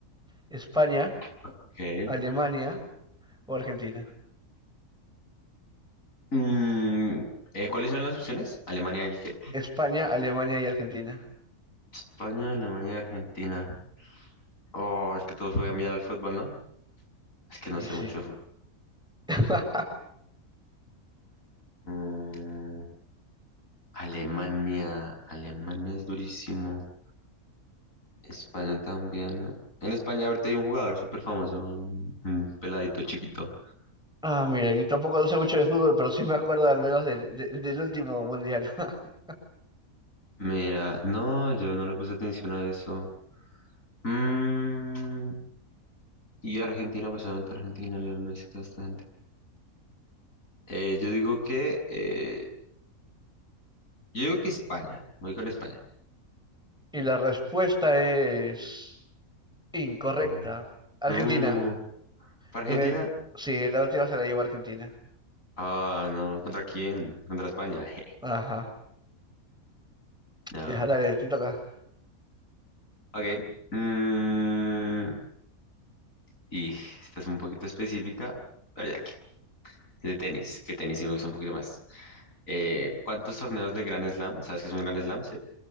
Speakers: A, in the centre; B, on the left.
A: España,
B: Ok.
A: Alemania. o Argentina.
B: Mm, eh, ¿cuáles eran las opciones? Alemania y qué?
A: España, Alemania y Argentina.
B: España, Alemania y Argentina. Oh, es que todos juegan bien al fútbol, ¿no? Es que no
A: Y
B: sé
A: sí.
B: mucho de fútbol.
A: <laughs>
B: Mm, Alemania, Alemania es durísimo. España también, ¿no? En España ahorita hay un jugador súper famoso, ¿no? Un, un peladito chiquito.
A: Ah, mira, yo tampoco no sé mucho de fútbol, pero sí me acuerdo al menos del, de- del último mundial. <laughs>
B: Mira, no, yo no le puse atención a eso. Mm, y Argentina, pues obviamente Argentina, Lionel Messi, toda esta gente. Eh, yo digo que, eh, yo digo que España, voy con España.
A: Y la respuesta es incorrecta.
B: Ah.
A: Argentina.
B: Mm, ¿para
A: En
B: Argentina?
A: el... Sí, la última se la llevó Argentina.
B: Ah, no, ¿contra quién? Contra España. <laughs> jeje.
A: Ajá.
B: No.
A: Ya, dale, te toca.
B: Ok. mm, y esta es un poquito específica, pero ya que. De tenis, que tenis sí me gusta un poquito más. Eh, ¿cuántos torneos de Grand Slam? ¿Sabes qué es un Grand Slam? Sí.